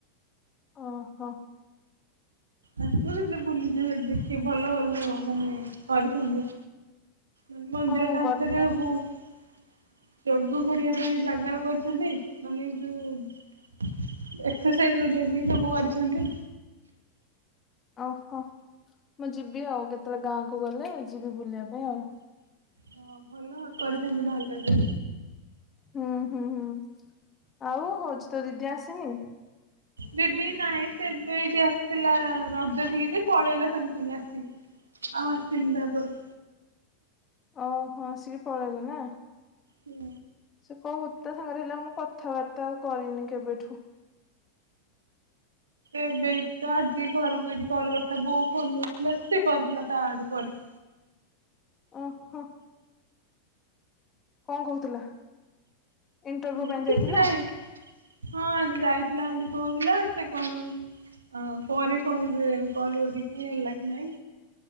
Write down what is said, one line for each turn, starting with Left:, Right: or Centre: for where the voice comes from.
Left: ଓହୋ।
Right: ଆସିବୁ ହେଲେ ବୁଲିକି ହିଆଡେ ଦେଖି ଭଲ ଭଲ ମାନେ କରିଛନ୍ତି। ମାନେ ମନ୍ଦିର
Left: ହଁ ମୁଁ
Right: କାନ୍ଥରେ
Left: ଗଲେ
Right: ବହୁତ ଯୋଗ କରିବା ପାଇଁ ଜାଗା କରିଛନ୍ତି ମାନେ ଯୋଉ ଏଶ୍ ରୋଷେଇ କରିବା ପାଇଁ ସବୁ କରିଛନ୍ତି।
Left: ଓ ହଁ ମୁଁ ଯିବି ଆଉ କେତେବେଳେ ଗାଁକୁ ଗଲେ ଯିବି ବୁଲିବା ପାଇଁ ଆଉ
Right: ହଁ ଭଲ କରିଥାଛନ୍ତି ତାହେଲେ
Left: ହୁଁ ହୁଁ ହୁଁ ଆଉ ହଉଛିତୋ ଦିଦି ଆସିନି
Right: ଦିଦି ନାଇଁ ସେ ଏବେ ଏଇଠି ଆସିଥିଲା ରଜ ଥିକି ଯେ ପଳେଇଲା ସାଙ୍ଗେ ସାଙ୍ଗେ ଆସିକି ଆଉ ଆସିନି ତାପରେ
Left: ଅ ହ ଆସିକି ପଳେଇଲେ ନା
Right: ହୁଁ,
Left: ସେ କହୁ ତାସାଙ୍ଗରେ ହେଲା ମୁଁ କଥାବାର୍ତ୍ତା ଆଉ କରିନି କେବେଠୁ
Right: ଏବେତ ଆଜି ଘରକୁ ଏଠି କଲ କରିଥିଲା ବୋଉ ଫୋନ କରିଥିଲା ସେକରିଥିଲା ତାଆଡୁ ପରେ
Left: ଓ ହଁ କଣ କହୁଥିଲା? ଇଣ୍ଟରଭ୍ୟୁ
Right: ଏ
Left: ପାଇଁ
Right: କିଛି
Left: ଯାଇଥିଲା?
Right: ନାହିଁ ହଁ ଆଜି ଯାଇଥିଲା ବୋଲି କୋଉଥିଲା ସେ କଣ? ଅ ପରେ କହିବେ କଲ କରିକି ହେଲାକି ନାଇଁ